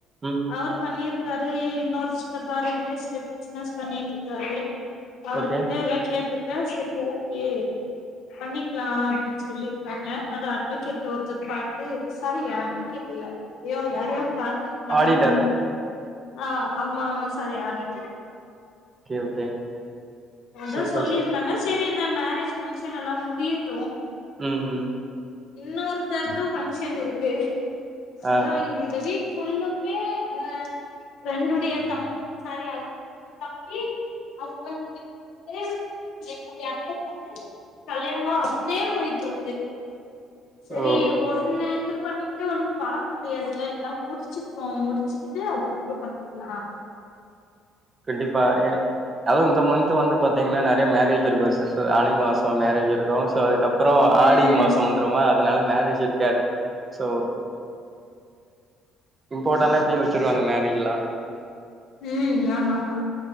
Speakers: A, on the right; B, on the left.
A: ம்
B: அவர் பண்ணியிருக்காரு ஏ இந் இன்னொரு சித்தப்பா ரெயலஸ்ட் பிசினஸ் பண்ணிட்டு இருக்காரு அவர்
A: ஓகே
B: கிட்ட இல்லாம் கேட்டு ஆ சரி ஓகே பண்ணிக்கலாம் அப்படின்னு சொல்லியிருக்காங்க அத அட்வகேட் ஒருத்தர் பார்த்து சரி அட்வகேட் இல்ல யோ யாரையா பா பண்ணணும்
A: ஆடிட்டர்
B: ஆஹ் ஆமா ஆமா சாரி ஆடிட்டர்
A: ஓகே ஓகே
B: மொத
A: சூப்பர்
B: சொல்லியிருந்தாங்க
A: சிஸ்
B: சரி இந்த மேரேஜ் பங்க்ஷன் எல்லாம் முடிட்
A: உம் உம்
B: இன்னொருத்தர்தும் ஃங்க்ஷன் இருக்கு சொலாம்
A: ஆ
B: இந்த வீக் ஃபுல்லுமே அஹ ஃப்ரெண்டுடைய தம்ப சாரி தம்பி ஹஸ்பண்ட் <inaudible> என்னுடைய அத்த பொண்ணு கல்யாணாம் அப்படியே போயிட்டு இருக்கு சரி
A: ஓ
B: ஒன் தூ பண்ணிக்கிட்டட்டு ஒண்ணும் பாக்க முடியாதுல்ல எல்லாம் முடிச்சுப்போம் முடிச்சுக்கிட்டு அதுக்கப்புறம் பண்ணிக்கலாம்
A: கண்டிப்பா எ அது இந்த மந்த்த் வந்து பாத்தீங்கன்னா நிறைய மேரேஜ் இருக்கும் ச அனி மா மேரேஜ் இருக்கும் சோ அதுக்கப்புறம்
B: ம்
A: ஆடி மாசம் வந்துடும்மா அதனால மேரேஜ் இருக்கு கது சோ இம்பார்டான்லா வச்சிருவாங்க மேரேஜ்லாம்
B: உம் ஆமா ஆமா